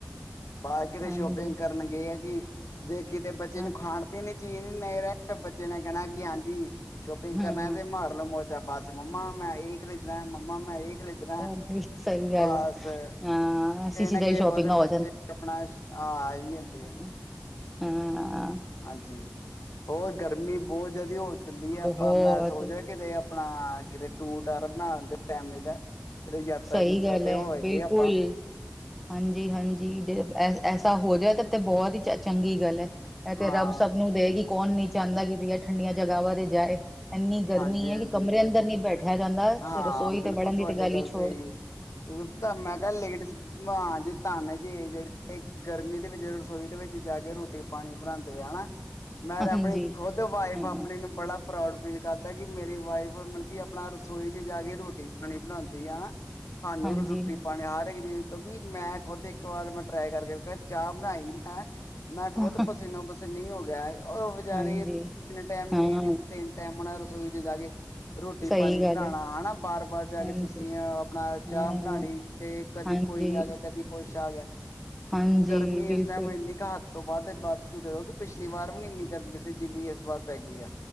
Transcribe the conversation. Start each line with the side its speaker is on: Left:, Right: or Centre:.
Left: ਬਾਕੀ ਤੇ
Centre: ਹਾਂਜੀ
Left: ਸ਼ੋਪਿੰਗ ਕਰਨ ਗਏ ਹੈ ਕਿ ਜੇ ਕਿਤੇ ਬੱਚੇ
Centre: ਹਾਂ
Left: ਨੂੰ ਖਾਣ ਪੀਣ ਦੀ ਚੀਜ਼ ਨੀ ਨਹੀਂ ਰਹੇ ਬੱਚੇ ਨੇ ਕਹਿਣਾ ਕਿ ਹਾਂਜੀ। ਸ਼ੋਪਿੰਗ
Centre: ਹਾਂ
Left: ਕਰਨ ਆ ਤੇ ਮਾਰ ਲੋੋ ਮੋਜਾ ਬਸ ਮੰਮਾ ਮੈਂ ਇਹ ਖਰੀਦਣਾ ਮੰਮਾ ਮੈਂ ਇਹ ਖਰੀਦਣਾ
Centre: ਉਹ ਵੀ ਸਹੀ ਗੱਲ
Left: ਬਸ।
Centre: ਹੈ
Left: ਕਿਸੇ
Centre: ਹਾਂ ਐਸੀ ਚੀਜ਼ਾਂ
Left: ਨਾ ਕਿਸੇ
Centre: ਦੀ ਸ਼ੋਪਿੰਗਾਂ
Left: ਪਾਸੇ ਬੱਚੇ
Centre: ਹੋ
Left: ਆਪਣਾ ਆ, ਵੀ ਜਾਂਦੇ ਆ।
Centre: ਹੂ,,,
Left: ਹਾਂਜੀ ਹੋਰ ਗਰਮੀ ਬਹੁਤ ਜ਼ਿਆਦਾ ਹੋ ਚੱਲਦੀ ਹੈ,
Centre: ਬਹੁਤ
Left: ਆਪਾਂ ਮੈਂ ਸੋਚ ਰਿਹਾ ਕਿਤੇ ਆਪਣਾ ਕਿਤੇ ਟੂਰ ਟਾਰ ਬਣਾ ਲੈਂਦੇ ਫੈਮਲੀ ਦਾ ਕਿਦੇ ਯਾਤਰਾ
Centre: ਸਹੀ
Left: ਯੂਤਰਾ
Centre: ਗੱਲ
Left: ਤੇ ਹੋਇਆ
Centre: ਹੈ ਬਿਲਕੁਲ
Left: ਆਪਾਂ
Centre: ਹਾਂਜੀ, ਹਾਂਜੀ ਜੇ ਐਸਾ ਹੋ ਜਾਵੇ ਤਾਂ, ਤਾਂ ਬਹੁਤ ਹੀ ਚ ਚੰਗੀ ਗੱਲ ਹੈ। ਇਹ ਤੇ
Left: ਹਾਂ
Centre: ਰੱਬ ਸਭ ਨੂੰ ਦੇਗੀ ਕੌਣ ਨੀ ਚਾਹੁੰਦਾ ਕਿ ਬਈ ਐ ਠੰਡੀਆਂ ਜਗ੍ਹਾਵਾਂ ਤੇ ਜਾਏ। ਇੰਨੀ ਗਰਮੀ
Left: ਹਾਂਜੀ
Centre: ਹੈ
Left: ਹਾਂਜੀ
Centre: ਕਿ ਕਮਰੇ
Left: ਬਿਲਕੁਲ
Centre: ਅੰਦਰ ਨਹੀਂ ਬੈਠਿਆ ਜਾਂਦਾ ਤੇ
Left: ਹਾਂ
Centre: ਰਸੋਈ
Left: ਬਿਲਕੁਲ
Centre: ਤੇ ਵੜਨ ਦੀ
Left: ਤੁਹਾਡੀ
Centre: ਤੇ ਗੱਲ ਛੋ
Left: ਸਹੀ ਏ ਤਾਂ ਮੈਂ ਕਿਹਾ ਲੇਟਾਂ ਜੇ ਧਨ ਜੇ ਜਿਹੜੇ ਗਰਮੀ ਦੇ ਵਿੱਚ ਰਸੋਈ ਦੇ ਵਿੱਚ ਜਾ ਕੇ ਰੋਟੀ ਪਾਣੀ ਬਣਾਉਂਦੇ ਆ ਹਨਾ। ਮੈਂ ਆਪਣੀ
Centre: ਹਾਂਜੀ
Left: ਖੁਦ ਵਾਈਫ
Centre: ਹਾਂ
Left: ਆਪਣੀ ਨੂੰ ਬੜਾ ਪਰਾਊਡ ਫੀਲ ਕਰਦਾ ਕਿ ਮੇਰੀ ਵਾਈਫ ਮਤਲਬ ਕਿ ਆਪਣਾ ਰਸੋਈ ਚ ਜਾ ਕੇ ਰੋਟੀ ਪਾਣੀ ਬਣਾਉਂਦੀ ਹੈਨਾ। ਸਾਨੂੰ
Centre: ਹਾਂਜੀ
Left: ਰੋਟੀ ਪਾਣੀ ਹਰ ਇੱਕ ਚੀਜ ਕਿਉਂਕਿ ਮੈਂ ਖੁਦ ਇੱਕ ਵਾਰ ਮੈਂ ਟਰਾਈ ਕਰਕੇ ਚਾਹ ਬਣਾਈ ਮੈਂ ਮੈਂ ਖੁਦ
Centre: ਹਾਂ
Left: ਪਸੀਨੋ ਪਸੀ ਚਨੀ ਹੋ ਗਿਆ ਉਹ ਬਚਾਰੇ
Centre: ਹਾਂਜੀ
Left: ਤਿੰਨ ਟਾਈਮ
Centre: ਹਾਂ
Left: ਲੇਡੀਜ਼ ਤਿੰਨ ਟਾਈਮ ਹਨਾ ਰਸੋਈ ਚ ਜਾ ਕੇ ਰੋਟੀ
Centre: ਸਹੀ
Left: ਪਾਣੀ ਬਣਾਉਣਾ
Centre: ਗੱਲ ਹੈ
Left: ਹਨਾ ਬਾਰ, ਬਾਰ ਜਾ
Centre: ਹਾਂਜੀ
Left: ਕੇ ਤੁਸੀਂ ਆਪਣਾ ਚਾਹ
Centre: ਹਾਂ
Left: ਬਣਾਉਣੀ। ਤੇ ਕਦੀ
Centre: ਹਾਂਜੀ
Left: ਕੋਈ ਆ ਗਿਆ, ਕਦੀ ਕੁਛ ਆ ਗਿਆ
Centre: ਹਾਂਜੀ
Left: ਗਰਮੀ
Centre: ਬਿਲਕੁਲ
Left: ਇਸ ਟਾਈਮ ਇੰਨੀ ਤੋਂ ਬਾਅਦ ਵੱਧ ਚੁੱਕ ਹੋ ਕਿ ਪਿਛਲੀ ਵਾਰ ਵੀ ਨਹੀਂ ਇੰਨੀ ਗਰਮੀ ਸੀ ਜਿੰਨੀ ਇਸ ਵਾਰ ਪੈ ਗਈ ਆ।